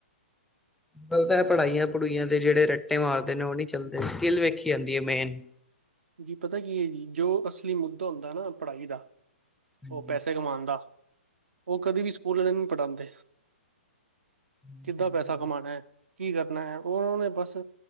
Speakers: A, in the centre; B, on the right.
A: ਗੱਲ ਤਾਂ ਪੜ੍ਹਾਈਆਂ ਪੜੂਈਆਂ ਦੇ ਜਿਹੜੇ ਰੱਟੇ ਮਾਰਦੇ ਨੇ ਉਹ ਨਹੀਂ ਚੱਲਦੇ ਸਕਿੱਲ ਵੇਖੀ ਜਾਂਦੀ ਹੈ ਮੇਨ
B: ਜੀ ਪਤਾ ਕੀ ਹੈ ਜੀ ਜੋ ਅਸਲੀ ਮੁੱਦਾ ਹੁੰਦਾ ਨਾ ਪੜ੍ਹਾਈ ਦਾ
A: ਹਾਂਜੀ
B: ਉਹ ਪੈਸੇ ਕਮਾਉਣ ਦਾ ਉਹ ਕਦੇ ਵੀ ਸਕੂਲ ਵਾਲੇ ਨੂੰ ਪੜ੍ਹਾਦੇ ਕਿੱਦਾਂ
A: ਸਹੀ
B: ਪੈਸਾ
A: ਗੱਲ
B: ਕਮਾਣਾ ਹੈ ਕੀ ਕਰਨਾ ਹੈ ਉਹਨੇ ਬਸ,